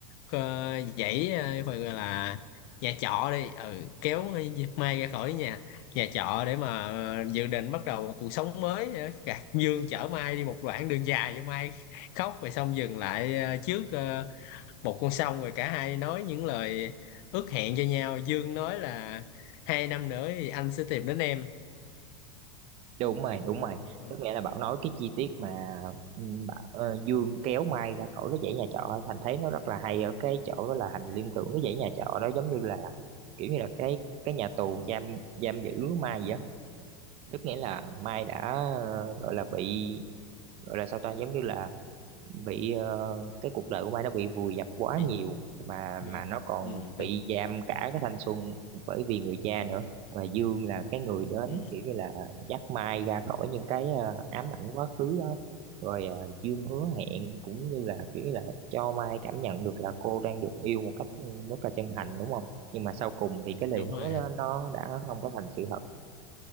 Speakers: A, on the left; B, on the right.
A: ờ, dãy ờ, phải gọi là nhà trọ đi ừ, kéo Mai ra khỏi nhà nhà trọ để mà ờ, dự định bắt đầu một cuộc sống mới Ờ, Gạt Dương chở Mai đi một đoạn đường dài cho Mai khóc rồi xong dừng lại ờ, trước ờ, một con xong rồi cả hai nói những lời ước hẹn cho nhau Dương nói là hai năm nữa thì anh sẽ tìm đến em
B: đúng rồi đúng rồi
A: Ờ,
B: tức nghĩa là Bảo nói cái chi tiết mà ừ, bà- ờ, Dương kéo Mai ra khỏi cái dãy nhà trọ Thành thấy nó rất là hay ở cái chỗ đó là Thành liên tưởng cái dãy nhà trọ đó giống như là kiểu như là cái cái nhà tù giam giam giữ Mai vậy á tức nghĩa là Mai đã
A: ừ,
B: ờ, gọi là bị gọi là sao ta giống như là bị ờ, cái cuộc đời của Mai nó bị vùi dập quá
A: bị,
B: nhiều mà
A: bị,
B: mà nó còn
A: ừ, đúng,
B: bị giam cả cái thanh xuân bởi vì người cha nữa và Dương là cái người đến
A: ừ,
B: kiểu như là dắt Mai ra khỏi những cái ờ, ám ảnh quá khứ đó rồi ờ, Dương hứa hẹn cũng như là kiểu như là cho Mai cảm nhận được là cô đang được yêu một cách ừ, rất là chân thành đúng không nhưng mà sau cùng thì cái lời
A: đúng
B: hứa
A: rồi hả?
B: đó, nó đã không có thành sự thật